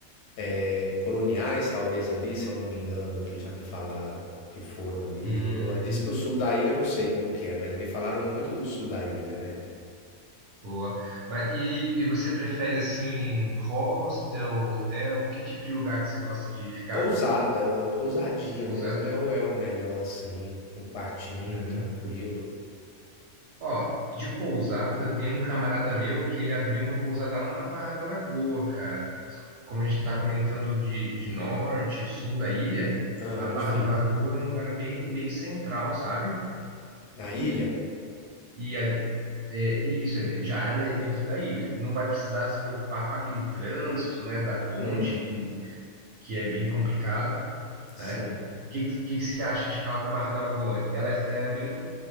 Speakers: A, on the left; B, on the right.
A: é, coloniais talvez ali, se eu não me engano, que já me falaram que foram ali.
B: Hum,
A: Eu- Diz que o sul da ilha eu não sei como que é, mas me falaram muito do sul da ilha, né?
B: boa. Mas e, e você prefere assim hostel, hotel? Que tipo de lugar que você gosta de ficar?
A: Pousada, pousadinha
B: Pousada?
A: mesmo é o, é o melhor assim, um quartinho
B: Uhum.
A: tranquilo.
B: Ó, de pousada tem um camarada meu que ele abriu uma pousada lá na Barra da Lagoa, cara. como a gente está comentando de, de norte, sul da ilha,
A: Ah,
B: a
A: onde
B: Barra
A: fica?
B: da Lagoa é um lugar bem meio central, sabe?
A: Na ilha?
B: E a- é, isso, é de- já é na- dentro da ilha. Não vai precisar se preocupar com aquele trânsito, né, da ponte,
A: Hum,
B: que, que é bem complicado,
A: sim.
B: né? O que, que, que você acha de ficar lá na Barra da Lagoa? Ela é, é bem